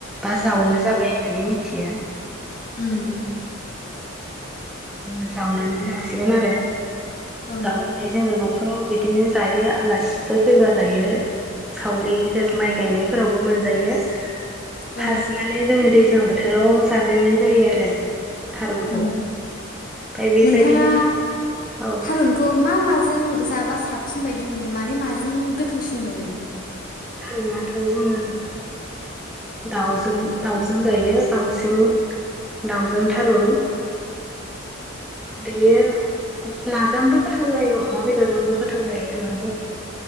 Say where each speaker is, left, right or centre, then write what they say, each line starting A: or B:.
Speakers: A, in the centre; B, on the left.
A: बा जावनो जाबाय होननानै मिथि थियो।
B: उम।
A: ओ जोङो जावनानै लासिगोन आरो ।
B: औ
A: जावनानै जोङो न' औ बिदिनो जायो आलासिफोर फैबा जायो। सावरिजों माइ गायनायफोरावबो मोनजायो।
B: औ
A: फार्स्ट माने जोङो दैज्लां बो थोराव जाजेननाय जायो आरो। थारुनखौ
B: औ।
A: ओमफ्राय बेबायदिनो
B: नोंथाङा
A: औ
B: थारुनखौ मा माजों जाबा साबसिन बायदि मोनो माने माजों गोथावसिन मोनो?
A: थारूनाथ' जोङो दाउजों-दाउजों जायो बांसिन दाउजों थारुन। बेयो नाजोंबो गोथाव जायो अमा बेदरजोंबो गोथाव जायो होननानै